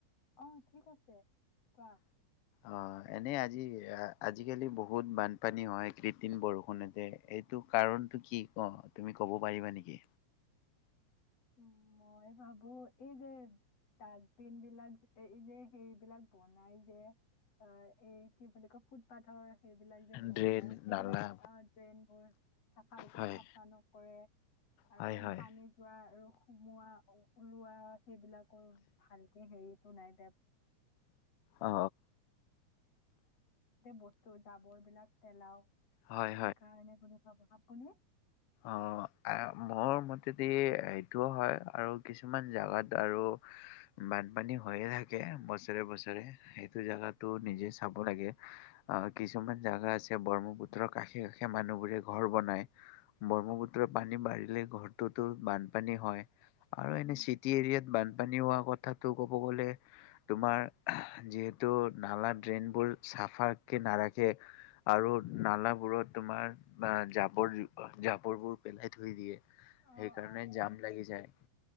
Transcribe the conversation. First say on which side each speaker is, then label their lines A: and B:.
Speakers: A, on the left; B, on the left.
A: অ' ঠিক আছে। কোৱা।
B: আহ এনে আজি, আজিকালি বহুত বানপানী হয়, কৃত্ৰিম বৰষুণ হৈছে, এইটো কাৰণটো কি ক? তুমি ক'ব পাৰিবা নেকি?
A: উ! মই ভাবোঁ, এই যে ডাষ্টবিন বিলাক, যে, এই যে সেইবলাক বনাই যে অ এই কি বুলি কয়, ফুটপাথৰ সেইবিলাক যে বনাই,
B: ড্ৰেইন
A: সেইবিলাক
B: নালা
A: আহ ড্ৰেইনবোৰ চ' ভালকে
B: হয়
A: চাফা নকৰে আৰু
B: হয়
A: মানে
B: হয়
A: পানী যোৱা মোৱা <unintelligible> সেইবিলাকৰ ভালকে হেৰিতটো নাই
B: অ
A: ব্য ত' জাবৰ বিলাক পেলাও সেইকাৰণে
B: হয়
A: বুলি <unintelligible> কোনে?
B: অহ অহ মোৰ মতেদি সেইটোও হয়, আৰু কিছুমান জাগাত আৰু বানপানী হৈয়ে থাকে বছৰে বছৰে। সেইটো জাগাতো নিজে চাব লাগে। আহ কিছুমান জাগা আছে ব্ৰহ্মপুত্ৰৰ কাষে কাষে মানুহবোৰে ঘৰ বনায় ব্ৰহ্মপুত্ৰ পানী বাঢ়িলে ঘৰটোতো বানপানী হয় আৰু এনে
A: উম,
B: চিটি এৰিয়াত বানপানী পানী হোৱা কথাটো ক'ব গলে তোমাৰ যিহেতু নালা ড্ৰেইনবোৰ চাফাকাকে নাৰাখে আৰু নালাবোৰত তোমাৰ বা জাবৰ জাবৰ বোৰ পেলাই থৈ দিয়ে
A: অ
B: সেইকাৰণে
A: অ সেইটোৱে
B: জাম লাগি যায়,